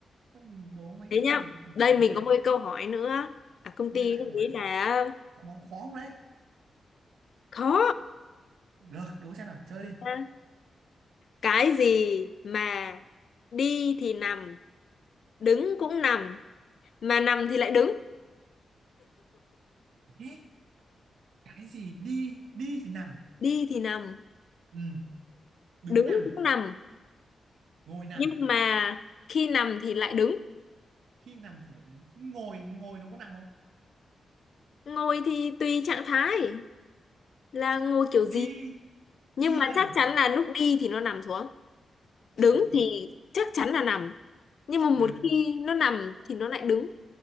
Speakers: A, on the right (about 80°); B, on the left (about 55°).
A: sao mình đố mấy
B: thế
A: câu
B: nhá
A: này còn
B: đây
A: thử
B: mình
A: quá nhỉ
B: có một cái câu hỏi nữa à, công
A: ui
B: ty
A: lại
B: cũng
A: khỏi
B: nghĩ là
A: khó khó không đấy
B: khó
A: được đố xem nào chơi
B: À, cái gì mà đi thì nằm đứng cũng nằm mà nằm thì lại đứng
A: đi Ê, cái gì đi đi thì nằm
B: đi thì nằm
A: ừ, đứng
B: đứng
A: nằm
B: cũng nằm
A: ngồi nằm
B: nhưng mà khi nằm thì lại đứng
A: khi nằm thì lại đứng ngồi ngồi nó có nằm không
B: ngồi thì tùy trạng thái là ngồi kiểu
A: đi
B: gì nhưng
A: đi
B: mà
A: nằm
B: chắc chắn là lúc đi thì nó nằm xuống đứng
A: cái gì
B: thì chắc chắn là nằm nhưng mà một
A: ừ.
B: khi nó nằm thì nó lại đứng